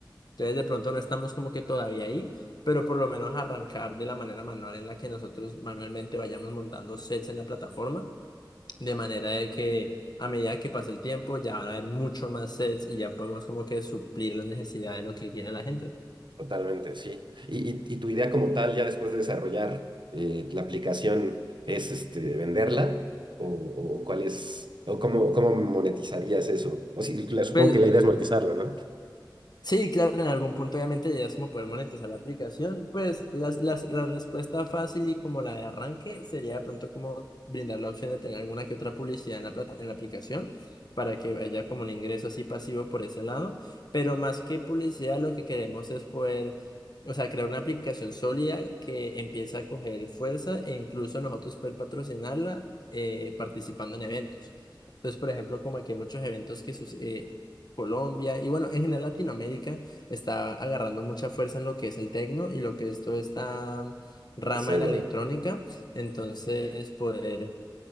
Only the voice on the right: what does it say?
Totalmente, sí. Y, y, y tu idea como tal, ya después de desarrollar eh, la aplicación, ¿es este, venderla? ¿O, o cuál es, o cómo, cómo monetizarías eso? O si, la- supongo
que la idea es monetizarlo, ¿no?
Escena.